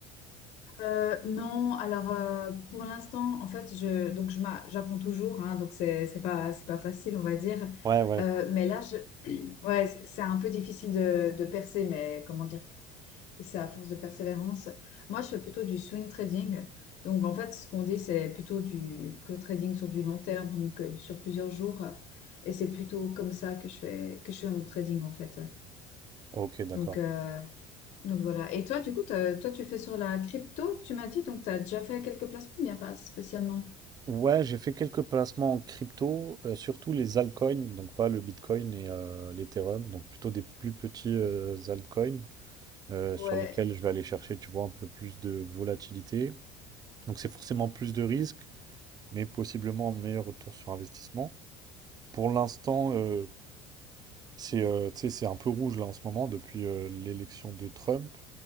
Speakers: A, on the left; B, on the right.
A: euh, non, alors, euh, pour l'instant, en fait, je, donc, je m'a- j'apprends toujours. hein, donc, c'est, c'est pas, c'est pas facile, on va dire.
B: Ouais, ouais.
A: Euh, mais là, je, Ouais, c- c'est un peu difficile de, de percer, mais comment dire, c'est à force de persévérance. Moi, je fais plutôt du swing trading. Donc, en fait, ce qu'on dit, c'est plutôt du co-trading sur du long terme, donc euh, sur plusieurs jours. Et c'est plutôt comme ça que je fais, que je fais mon trading, en fait.
B: Ok, d'accord.
A: Donc, euh, donc voilà. Et toi, du coup, t'as- toi, tu fais sur la crypto, tu m'as dit, donc tu as déjà fait quelques placements, bien pas spécialement.
B: Ouais, j'ai fait quelques placements en crypto, euh, surtout les altcoins, donc pas le Bitcoin et euh, l'Ethereum, donc plutôt des plus petits euh, altcoins euh,
A: Ouais,
B: sur lesquels je vais aller chercher, tu vois, un peu plus de volatilité. Donc c'est forcément plus de risques, mais possiblement un meilleur retour sur investissement. Pour l'instant, euh, c'est euh, tu sais, c'est un peu rouge là en ce moment depuis euh, l'élection de Trump.